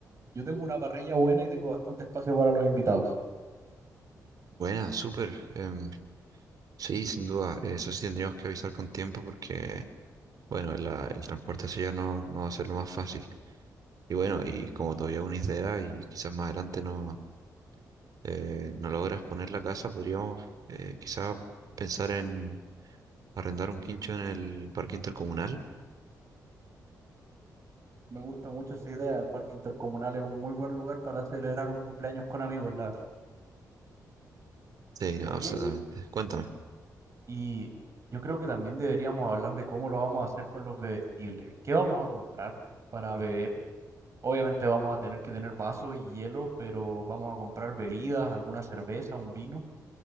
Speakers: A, on the right (about 45°); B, on the right (about 60°).
A: Yo tengo una parrilla buena y tengo bastante espacio para los invitados.
B: Buena, súper. em, sí, sin duda. Eso sí tendríamos que avisar con tiempo porque, bueno, la- el transporte hacia allá no, no va a ser lo más fácil. Y bueno, y como todavía una idea y quizás más adelante no eh, no logras poner la casa, podríamos eh, quizá pensar en arrendar un quincho en el parque intercomunal.
A: Me gusta mucho esa idea. El parque intercomunal es un muy buen lugar para celebrar un cumpleaños con amigos, la verdad.
B: Sí, no,
A: Oye,
B: absolutamente. Cuéntame.
A: y yo creo que también deberíamos hablar de cómo lo vamos a hacer con los bebestibles. ¿Qué vamos a comprar para beber? Obviamente vamos a tener que tener vasos y hielo, pero vamos a comprar bebidas, alguna cerveza, un vino.